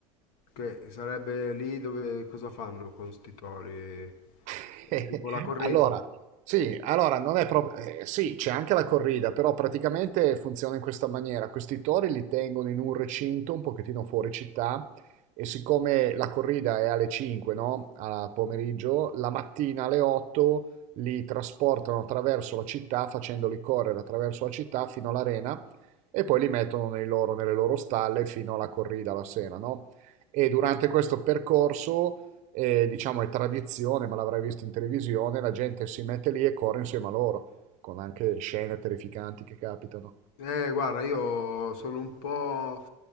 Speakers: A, on the left; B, on the right.
A: Che sarebbe lì dove cosa fanno con sti tori?
B: <laughs>
A: È tipo la corrida.
B: Allora, sì, allora non è proprio, eh, sì, c'è anche la corrida, però praticamente funziona in questa maniera. Questi tori li tengono in un recinto un pochettino fuori città e siccome la corrida è alle 5, no? Al pomeriggio, la mattina alle 8 li trasportano attraverso la città, facendoli correre attraverso la città fino all'arena e poi li mettono nei loro- nelle loro stalle fino alla corrida la sera, no? E durante questo percorso e diciamo è tradizione, ma l'avrai visto in televisione, la gente si mette lì e corre insieme a loro, con anche scene terrificanti che capitano.
A: Eh, guarda, io sono un po'